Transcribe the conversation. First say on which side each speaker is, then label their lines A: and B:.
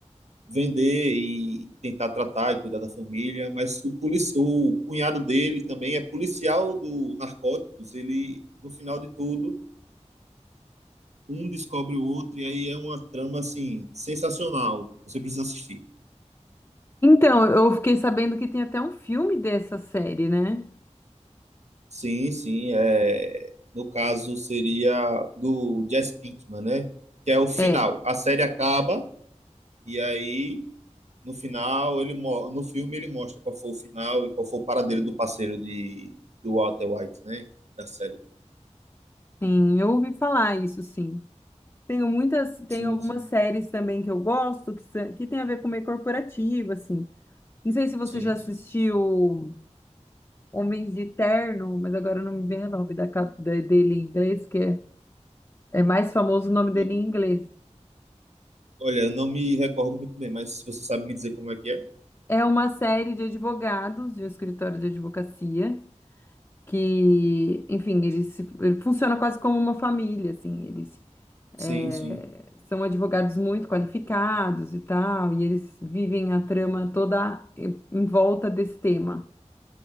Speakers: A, on the right (about 65°); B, on the left (about 20°).
A: vender e tentar tratar e cuidar da família, mas o, polici o cunhado dele também é policial do narcóticos, ele, no final de tudo, um descobre o outro, e aí é uma trama assim, sensacional. Você precisa assistir.
B: Então, eu fiquei sabendo que tem até um filme dessa série, né?
A: Sim, sim. É... No caso, seria do Jesse Pinkman, né? Que é o final.
B: É,
A: A série acaba, e aí no final ele mo- no filme ele mostra qual foi o final e qual foi o paradeiro do parceiro de do Walter White, né? Da série.
B: sim, eu ouvi falar isso, sim. Tenho muitas, tem
A: Sim,
B: algumas
A: sim,
B: séries também que eu gosto que, são- que tem a ver com meio corporativo, assim. Não sei se você
A: sim.
B: já assistiu Homens de Terno, mas agora não me vem o nome da, cap- da- dele em inglês, que é É mais famoso o nome dele
A: O-
B: em inglês.
A: Olha, eu não me recordo muito bem, mas você sabe me dizer como é que é?
B: É uma série de advogados, de um escritório de advocacia, que, enfim, eles se- ele funciona quase como uma família, assim. Eles
A: Sim,
B: é,
A: sim.
B: são advogados muito qualificados e tal, e eles vivem a trama toda em em volta desse tema.